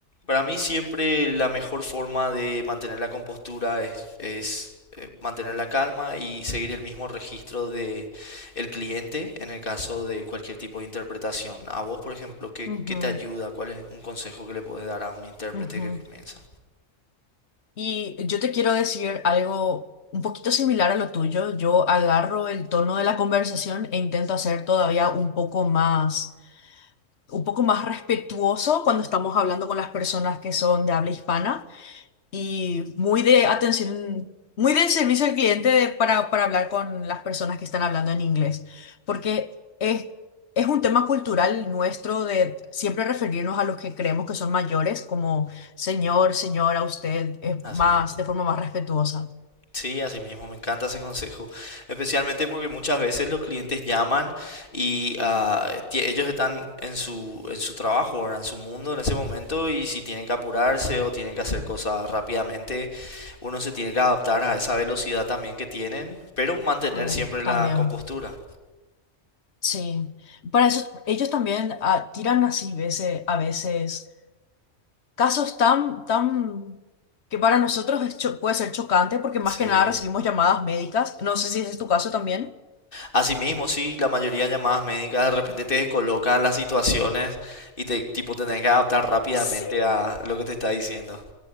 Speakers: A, on the left; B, on the left.
A: Para mí siempre la mejor forma de mantener la compostura es, es, eh, mantener la calma y seguir el mismo registro de el cliente en el caso de cualquier tipo de interpretación. A vos, por ejemplo, ¿qué,
B: Ujú,
A: qué te ayuda? ¿Cuál es un consejo que le podés dar a un intérprete
B: ujú.
A: que comienza?
B: Y yo te quiero decir algo un poquito similar a lo tuyo. Yo agarro el tono de la conversación e intento hacer todavía un poco más, un poco más respetuoso cuando estamos hablando con las personas que son de habla hispana. y muy de atención, muy del servicio al cliente para, para hablar con las personas que están hablando en inglés, porque es, es un tema cultural nuestro de siempre referirnos a los que creemos que son mayores como señor, señora, usted, es
A: Así
B: más,
A: mismo.
B: de forma más respetuosa.
A: Sí, así mismo, me encanta ese consejo, especialmente porque muchas veces los clientes llaman y ah, ti- ellos están en su, en su trabajo, ¿verdad? En su mundo en ese momento y si tienen que apurarse o tienen que hacer cosas rápidamente, uno se tiene que adaptar a esa velocidad también que tienen, pero mantener
B: Uh,
A: siempre
B: también,
A: la compostura.
B: sí. Para eso, ellos también ah, tiran así veces, a veces. casos tan, tan, que para nosotros es cho- puede ser chocante porque más
A: Sí.
B: que nada recibimos llamadas médicas. No sé si ese es tu caso también.
A: Asimismo, sí, la mayoría de llamadas médicas de repente te descolocan las situaciones y te tipo tenés que adaptar rápidamente
B: Sí.
A: a lo que te está diciendo.